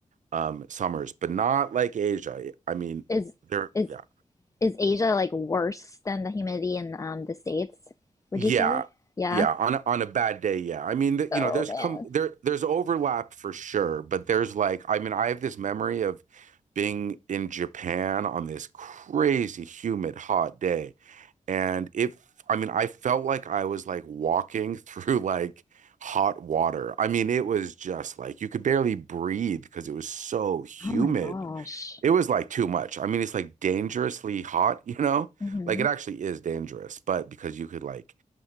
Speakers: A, on the right (about 65°); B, on the left (about 25°).
A: um, summers, but not like Asia. I mean,
B: Is
A: there,
B: is
A: yeah.
B: Is Asia like worse than the humidity in um, the States, would
A: Yeah.
B: you say? Yeah.
A: Yeah, on a, on a bad day, yeah. I mean, th-
B: Oh
A: you know, there's
B: man.
A: come there there's overlap for sure, but there's like I mean, I have this memory of being in Japan on this crazy humid hot day and it I mean, I felt like I was like walking <laughs> through like hot water. I mean, it was just like you could barely breathe because it was so humid.
B: Oh my gosh.
A: It was like too much. I mean, it's like dangerously hot, <laughs> you know?
B: hmm
A: Like it actually is dangerous, but because you could like